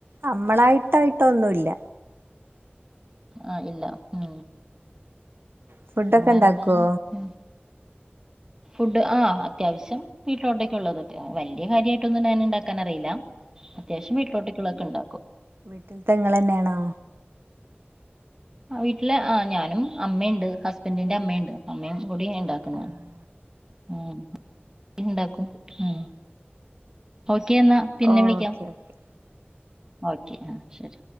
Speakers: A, on the right (about 65°); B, on the right (about 15°).
A: നമ്മളായിട്ടായിട്ടൊന്നുല്ല
B: ആ ഇല്ല ഉം
A: ഫുഡൊക്കെ
B: പിന്നെ വേറെന്താണ്?
A: ഇണ്ടാക്കുവോ
B: ഉം ഫുഡ് ആ അത്യാവശ്യം വീട്ടിലോട്ടൊക്ക ഉള്ളൊതൊക്കെ വലിയ കാര്യമായിട്ട് ഒന്ന് ഞാൻണ്ടാക്ക ക്കാനറിയില്ല അത്യാവ്യം വ പട്ടികൊക്കെ ഇണ്ട
A: വീട്ടിൽ തെങ്ങളന്നെയാണോ
B: ആ വീട്ടില് ഞാനും അമ്മയുണ്ട് ഹസ്ബൻറിന്റെ അമ്മയുണ്ട് അമ്മയും കൂടിയ ഇണ്ടാക്കുന്ന
A: ആഹ്
B: മ് ഈണ്ടാക്കും മ് ഹൗ ക്കെ എന്നാ പിന്നെ
A: ഓക്കെ
B: വിളിക്കാം
A: ഓക്കെ
B: ഓക്കെ ആ ശരി